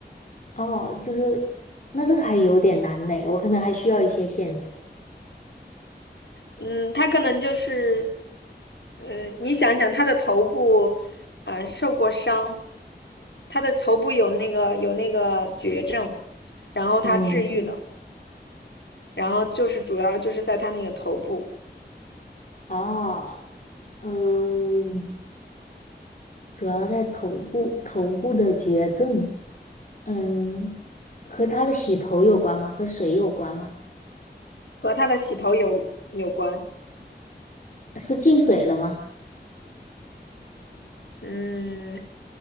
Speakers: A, on the left; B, on the left.
A: 哦，就是，那这个还有点难呢，我可能还需要一些线索。
B: 嗯，他可能就是，呃，你想想，他的头部，呃，受过伤，他的头部有那个有那个绝症，然后他治愈了，
A: 嗯，
B: 然后就是主要就是在他那个头部
A: 哦，嗯。主要在头部，头部的绝症，嗯，和他的洗头有关吗？和水有关吗？
B: 和他的洗头有有关，
A: 是进水了吗？
B: 嗯，